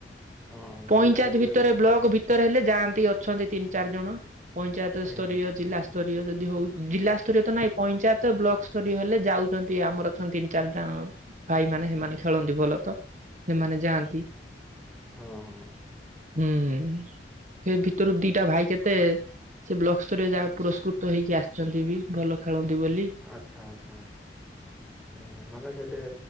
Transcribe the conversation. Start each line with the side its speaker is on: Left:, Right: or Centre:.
Centre: ହଁ
Right: ପଞ୍ଚାୟତ
Centre: ଜିଲ୍ଲାରେ
Right: ଭିତରେ
Centre: ହୁଁ
Right: ବ୍ଲକ ଭିତ ତର ହେଲେ ଯାଆନ୍ତି ଅଛନ୍ତି ତିନି ଚାରି ଜଣ ପଞ୍ଚାୟତ
Centre: ହୁଁ
Right: ସ୍ତରୀୟ ଜିଲ୍ଲା ସ୍ତରୀୟ ଯଦି ହଉ ଜିଲ୍ଲା ସ୍ତରୀୟ ତ ନାଇଁ ପଞ୍ଚାୟତ ବ୍ଲକ ସ୍ତରୀୟ ହେଲେ ଯାଉଛନ୍ତି ଆମର ଅଛନ୍ତି ତିନି ଚାରି ଜ ଭାଇମାନେ ସେମାନେ ଖେଳନ୍ତି ଭଲ ତ ହେମାନେ ଯାଆନ୍ତି।
Centre: ହଁ ହଁ।
Right: ହୁଁ ସେ ଭିତରୁ ଦିଟା ଭାଇ କେତେ ସେ ବ୍ଲକ ସ୍ତରରେ ଯାହା ପୁରସ୍କୃତ ହେଇକି ଆସିଛନ୍ତି ବି ଭଲ ଖେଳନ୍ତି ବୋଲି।
Centre: ଆଛା ଆଛା ହୁଁ ମାନେ ସେଠେ